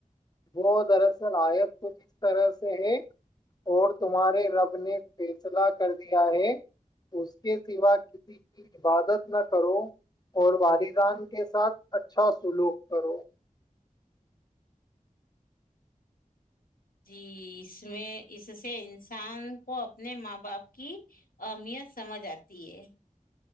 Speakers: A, on the left; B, on the left.
A: وہ دراصل آیت کھ اس طرح سے ہے اور تمہارے رب نے فیصلہ کر دیا ہے اس کے سوا کسی کی عبادت نہ کرو اور والدان کے ساتھ اچھا سلوک کرو
B: جی اس میں اس سے انسان کو اپنے ماں باپ کی اہمیت سمجھ آتی ہے